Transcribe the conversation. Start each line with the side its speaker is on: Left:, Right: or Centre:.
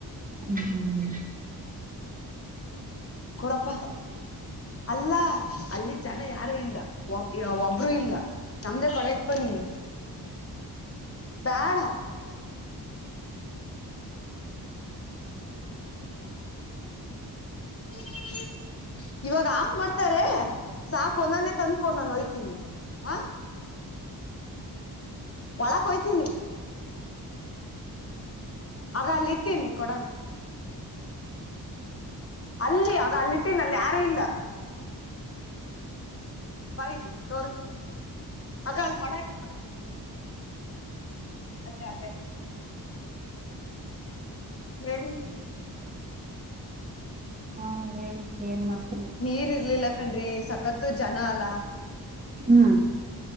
Right: ಹ್ಮ್ ಹ್ಮ್
Left: ಕೊಡಪ್ಪ ಅಲ್ಲ ಅಲ್ಲಿ ಜನ ಯಾರು ಇಲ್ಲ ಒಬ್ಬರುೂ ಇಲ್ಲ ನಮ್ದ ಕಾಲಜ್ ಪನ್ನನಿ ಬ್ಯಾಡ <inaudible> ಇವಾಗ ಆಫ್ ಮಾಡ್ತಾರೆ ಸಾಕ್ ಒಲ್ಲನೆೇ ತಂದ್ಕೊೊಂಡ ನಾನು ಹೊಯ್ತೀನಿ ಹ ಒಳಕ್ ಹೋಯಿತೀನಿ ಆಗ ಅಲ್ಲಿ ಇತೀನಿ ಕೊಡನ್ ಅಲ್ಲಿ ಆಗ ಅಲ್ಲಿಟ್ಟೀನ ಅಲ್ಲಿ ಯಾರು ಇಲ್ಲ ೈನ್ <unintelligible> ತೋರಿಸ್ತಿನಿ ಹ ಅದೆ ಅದೆ ಹೇಳ್ರಿ
Right: ಹಾ ಏನ್ ಏನ್ ಮಾಡ್ತ
Left: ನೀರ್ ಇರ್ಲಿಲ್ಲ ಕಣ್ರಿ ಸಕತ್ತು ಜನ ಅಲ್ಲ
Right: ಹ್ಮ್